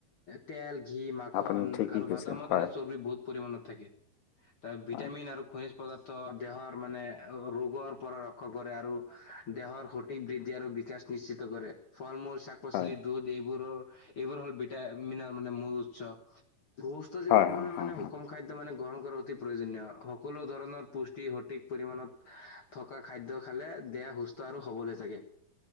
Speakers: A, on the left (about 65°); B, on the left (about 80°).
A: তেল, ঘি, মাখন
B: আপুনি ঠিকেই
A: আৰু
B: কৈছে
A: ভাতামত
B: হয়
A: মানে চৰ্বি বহুত পৰিমানত থাকে। তাৰ ভিটামিন
B: হয়
A: আৰু খনিজ পদাৰ দেহৰ মানে ৰোগৰ পৰা ৰক্ষা কৰে আৰু দেহৰ সঠিক বৃদ্ধি আৰু বিকাশ নিশ্চিত কৰে। ফল- মূল, শাক পাচলি,
B: হয়
A: দুধ এইবোৰৰ এইবোৰ হ'ল ভিটামিনৰ মানে মূল উৎস। সুস্থ জীৱনৰ
B: হয় হয়
A: বাবে
B: হয়
A: মানে
B: হয়
A: সুষম খাদ্য মানে গ্ৰহণ কৰা অতি প্ৰয়োজনীয়। সকলো ধৰণৰ পুস সঠিক পৰিমানত থকা খাদ্য খালে দেহ সুস্থ আৰু সবল হৈ থাকে।